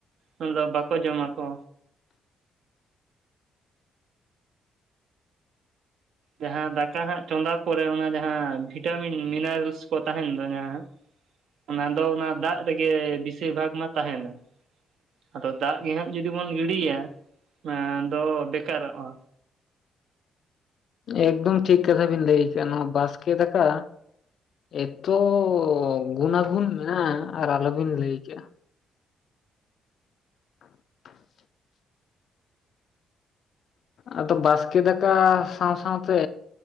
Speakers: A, on the right (about 75°); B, on the left (about 60°).
A: ᱩᱱ ᱫᱚ ᱵᱟᱠᱚ ᱡᱚᱢᱟᱠᱚ ᱡᱟᱦᱟᱸ ᱫᱟᱠᱟ ᱦᱟᱸᱜ ᱪᱚᱸᱫᱟ ᱯᱚᱨᱮ ᱚᱱᱟ ᱡᱟᱦᱟᱸ ᱵᱷᱤᱴᱟᱢᱤᱱ ᱢᱤᱱᱟᱨᱮᱞᱥ ᱠᱚ ᱛᱟᱦᱮᱱ ᱠᱟᱱᱟ᱾ ᱚᱱᱟ ᱫᱚ ᱚᱱᱟ ᱫᱟᱜ ᱨᱮᱜᱮ ᱵᱤᱥᱤᱨ ᱵᱷᱟᱜᱽ ᱢᱟ ᱛᱟᱦᱮᱱᱟ ᱟᱫᱚ ᱫᱟᱜ ᱜᱮ ᱦᱟᱸᱜ ᱡᱩᱫᱤ ᱵᱚᱱ ᱜᱤᱰᱤᱭᱟ ᱚᱱᱟᱫᱚ ᱵᱮᱠᱟᱨᱚᱜᱼᱟ
B: ᱮᱠᱫᱚᱢ ᱴᱷᱤᱠ ᱠᱟᱛᱷᱟ ᱵᱤᱱ ᱞᱟᱹᱭ ᱠᱮᱫ ᱟ ᱱᱚᱣᱟ ᱵᱟᱥᱠᱮ ᱫᱟᱠᱟ ᱮᱛᱚ ᱜᱩᱱᱟᱜᱩᱱ ᱢᱮᱱᱟᱜᱼᱟ ᱟᱨ ᱟᱞᱚᱵᱤᱱ ᱞᱟᱹᱭ ᱠᱮᱫᱼᱟ <inaudible> ᱟᱫᱚ ᱵᱟᱥᱠᱮ ᱫᱟᱠᱟ ᱥᱟᱶ ᱥᱟᱶᱛᱮ